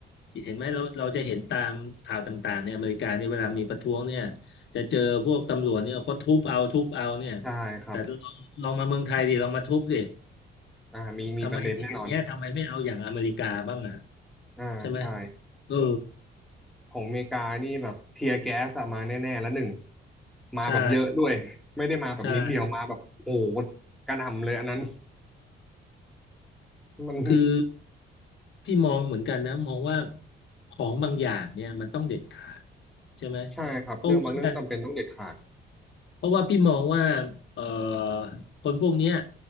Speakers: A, on the left (about 65°); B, in the centre.
A: เห็นไหมเราเราจะเห็นตามข่าวต่างๆในอเมริกาเนี่ยเวลามีประท้วงเนี่ยจะเจอพวกตำรวจเนี่ยก็ทุบเอาทุบเอาเนี่ย
B: ใช่ครับ
A: แต่ลองลองมาเมืองไทยดิลองมาทุบดิ
B: อ่ามีมีประเด็นแน่นอน
A: ทำไมที่อย่างเงี้ยทำไมไม่เอาอย่างอเมริกาบ้างอ่ะ
B: อ่าใช่
A: ใช่ไหมเออ
B: ของอเมริกานี่แบบเทียร์แก๊สอะมาแน่ๆแล้วหนึ่งมาแบบเยอะด้วย
A: ใช่
B: <laughs> ไม่ได้มาแบบนิดเดียวมาแบบโอ้โห
A: ใช่
B: กระหน่ำเลยอันนั้นมัน
A: คือพี่มองเหมือนกันนะมองว่าของบางอย่างเนี่ยมันต้องเด็ดขาดใช่ไหม
B: ใช่ครับเรื่องบางเรื่องจำเป็นต้องเด็ดขาด
A: เพราะว่า เพราะว่าพี่มองว่าเอ่อคนพวกเนี้ย